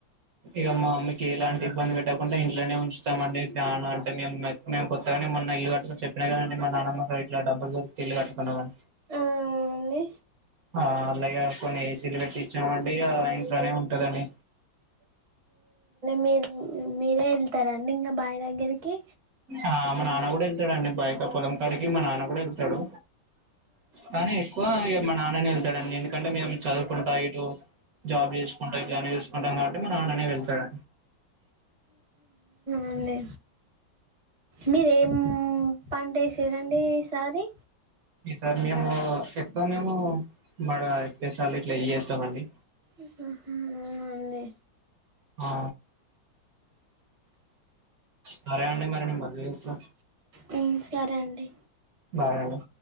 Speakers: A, on the right; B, on the right.
A: ఇక మా అమ్మకి ఎలాంటి ఇబ్బంది పెట్టకుండా ఇంట్లోనే ఉంచుతామండి ఫ్యాన్ అంటే మేము మేము కొత్తగాని మొన్న ఇల్లు కట్టుకుని చెప్పినా కదండి మా నానమ్మ ఇట్లా డబ్బులు దొరికుతే ఇల్లు కట్టుకున్నామని
B: అవునండి
A: ఆ అలాగే కొన్ని ఏసీలు పెట్టిచ్చామండి ఇంట్లోనే ఉంటందండి
B: మీరు మీరే వెళ్తారండి ఇంకా బాయి దగ్గరికి
A: ఆ మా నాన్న కూడా వెళ్తాడు అండి బైట పొలం కాడికి మా నాన్న కూడా వెళ్తాడు కానీ ఎక్కువ ఇగ మా నాన్నని ఎందుకంటే మేము చదువుకుంటా ఇటు జాబ్ చేసుకుంటా ఇట్లా అనే చుసుకుంటాం కాబట్టి మా నాన్ననే వెళ్తాడు.
B: అండి మీది ఏం పంట వేసరండి ఈసారి
A: ఈ సారి మేము ఎక్కువ మేము మడ పెసలు ఇట్లా ఇ చేస్తామండి.
B: ఆ అవున అండి
A: ఆ సరే అండి మరి నేను మళ్లీ చేస్తా
B: మ్మ్ సరే అండి.
A: బాయ్ అండి